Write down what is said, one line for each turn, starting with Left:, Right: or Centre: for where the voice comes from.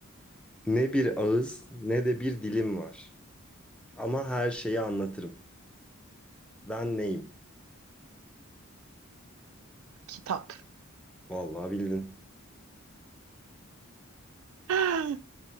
Centre: Ne bir ağız ne de bir dilim var. Ama her şeyi anlatırım. Ben neyim?
Right: Kitap.
Centre: Vallahi bildin.
Right: <gasps> <laughs>